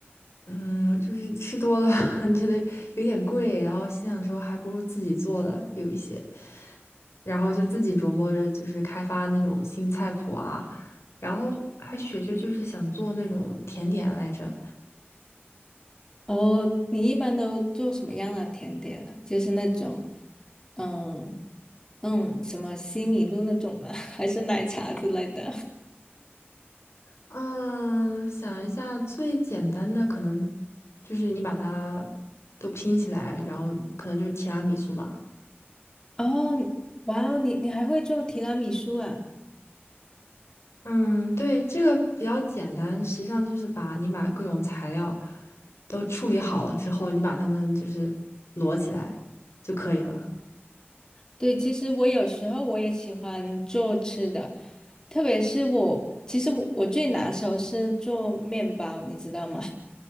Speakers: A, on the left; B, on the left.
A: 嗯，就是吃多了 <laughs> 觉得有点贵，然后心想说还不如自己做的有一些，然后就自己琢磨着就是开发那种新菜谱啊，然后还学着就是想做那种甜点来着。
B: 哦，你一般都做什么样的甜点啊？就是那种嗯嗯什么西米露那种吗？<laughs> 还是奶茶之类的？
A: 嗯，想一下最简单的可能就是你把它都拼起来，然后可能就是提拉米苏吧。
B: <laughs> 哦，哇哦，你你还会做提拉米苏啊？
A: 嗯，对，这个比较简单，实际上就是把你把各种材料都处理好了之后，你把它们就是摞起来就可以了。
B: 对，其实我有时候我也喜欢做吃的，特别是我，其实我我最拿手是做面包，你知道吗？